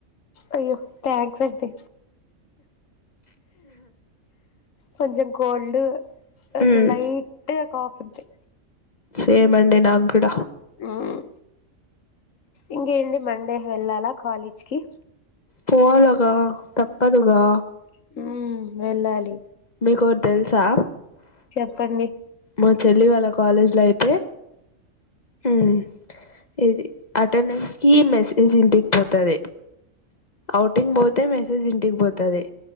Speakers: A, on the left; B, on the left.
A: అయ్యో థాంక్స్ అండి కొంచం కోల్డ్
B: మ్మ్
A: లైట్ గా కాఫుంది
B: సేమ్ అండి నాగూడ
A: ఉమ్ ఇంకేంటి మండే హెళ్ళాలా కాలేజ్కి
B: పోవాలగా తప్పదుగా
A: హ్మ్ వెళ్ళాలి
B: మీకోటి తెలుసా
A: చెప్పండి
B: మా చెల్లి వాళ్ళ కాలేజ్ లో అయితే హ్మ్ ఇది అటెండెన్స్ ఈ మెసేజ్ ఇంటిక్ పోతది ఔటింగ్ పోతే మెసేజ్ ఇంటికి పోతది